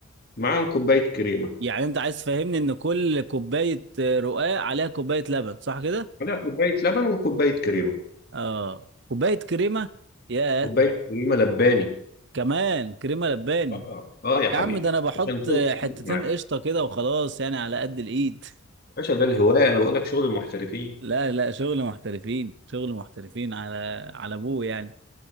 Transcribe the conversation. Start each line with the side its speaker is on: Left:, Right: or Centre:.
Left: معاهم كوبايه كريمه
Right: يعني انت عايز تفهمني ان كل كوبايه رقاق عليها كوبايه لبن صح كده
Left: ولا كوبايه لبن وكوبايه كريمه
Right: اه كوبايه كريمه ياه
Left: كوبايه كريمه لباني
Right: كمان كريمه لباني
Left: اه اه يا حبيبي
Right: يا عم ده انا بحط
Left: عشان تظبط
Right: حتتين
Left: معاك
Right: قشطه كده وخلاص يعني على قد الايد
Left: يا باشا ده الهوايه انا بقول لك شغل المحترفين
Right: لا لا شغل محترفين شغل محترفين على على ابوه يعني